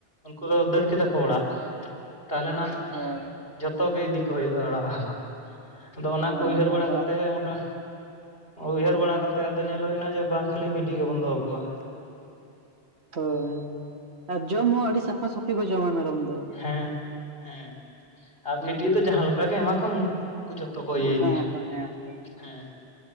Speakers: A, on the left (about 55°); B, on the right (about 65°).
A: ᱩᱱᱠᱩ ᱫᱚ ᱫᱟᱹᱲ ᱠᱮᱫᱟ ᱠᱚ ᱚᱲᱟᱜ ᱛᱟᱦᱚᱞᱮᱱᱟᱜ
B: ᱦᱳᱭ
A: ᱡᱚᱛᱚ ᱜᱮ ᱤᱫᱤ ᱠᱚ ᱦᱩᱭᱩᱜᱼᱟ ᱚᱲᱟᱜ ᱦᱚᱸ ᱟᱫᱚ ᱚᱱᱟ
B: ᱦᱳᱭ
A: ᱠᱚ ᱩᱭᱦᱟᱹᱨ ᱵᱟᱲᱟ
B: ᱟᱫᱚ
A: ᱠᱟᱛᱮᱫ ᱢᱚᱴᱟ ᱩᱭᱦᱟᱹᱨ ᱵᱟᱲᱟ ᱠᱟᱛᱮᱜ ᱟᱫᱚ ᱧᱮᱞ ᱦᱩᱭ ᱮᱱᱟ ᱡᱮ ᱵᱟᱝ ᱠᱷᱟᱹᱞᱤ ᱵᱷᱤᱰᱤ ᱜᱮᱵᱚᱱ ᱫᱚᱦᱚ ᱠᱚᱣᱟ᱾
B: ᱛᱚ ᱟᱨ ᱡᱚᱢ ᱦᱚᱸ ᱟᱹᱰᱤ ᱥᱟᱯᱷᱟ ᱥᱟᱹᱯᱷᱤ ᱠᱚ ᱡᱚᱢᱟ ᱢᱮᱨᱚᱢ ᱫᱚ᱾
A: ᱦᱮᱸ ᱦᱮᱸ ᱟᱨ
B: ᱦᱮᱸ
A: ᱵᱷᱤᱰᱤ ᱫᱚ ᱡᱟᱦᱟᱸ ᱞᱮᱠᱟ ᱜᱮ ᱮᱢᱟ ᱠᱚᱢ ᱩᱱ ᱩᱠᱩ ᱡᱚᱛᱚ ᱠᱚ ᱤᱭᱟᱹ
B: ᱡᱚᱢ
A: ᱤᱫᱤᱭᱟ,
B: ᱟᱠᱚ ᱦᱮᱸ ᱩᱱᱠᱩ ᱫᱚ
A: ᱦᱮᱸ᱾